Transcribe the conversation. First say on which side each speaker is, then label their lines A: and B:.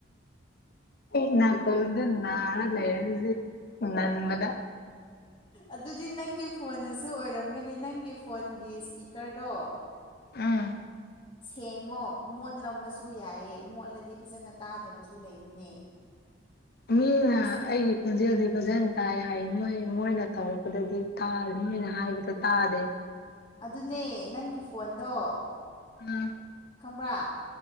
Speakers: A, on the left; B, on the left.
A: ꯑ‌ꯦ ꯅꯥꯀ‌ꯣꯡꯗ‌ꯣ ꯅꯔꯥ ꯂꯩꯔꯅꯤ ꯑꯗꯨꯗꯤ ꯅꯟꯕꯗꯥ
B: ꯑꯗꯨꯗꯤ ꯅꯪꯒꯤ ꯐꯣꯟꯅꯁꯨ ꯑꯣꯏꯔꯝꯒꯅꯤ ꯅꯪꯒꯤ ꯐꯣꯟꯒꯤ ꯏꯁꯄꯤꯀꯔꯗꯣ
A: ꯎꯝ
B: ꯁꯦꯡꯉꯣ ꯃꯣꯠꯂꯝꯃꯁꯨ ꯌꯥꯏꯌ‌ꯦ ꯃꯣꯠꯂꯗꯤ ꯐꯖꯅ ꯇꯥꯗꯕꯁꯨ ꯂꯩꯕꯅꯦ
A: ꯃꯤꯅ
B: ꯑꯁ
A: ꯑꯩꯒꯤ ꯈꯣꯟꯖꯦꯜꯗꯤ ꯐꯖꯟ ꯇꯥꯏ ꯍꯥꯏꯌ‌ꯦ ꯅꯣꯏ ꯃꯣꯏꯅ ꯇꯧꯔꯛꯄꯗꯗꯤ ꯇꯥꯏ ꯅꯣꯏꯅ ꯍꯥꯏꯕꯗ ꯇꯥꯗꯦ
B: ꯑꯗꯨꯅꯦ ꯅꯪꯒꯤ ꯐꯣꯟꯗꯣ
A: ꯎꯝ
B: ꯈꯪꯕ꯭ꯔꯥ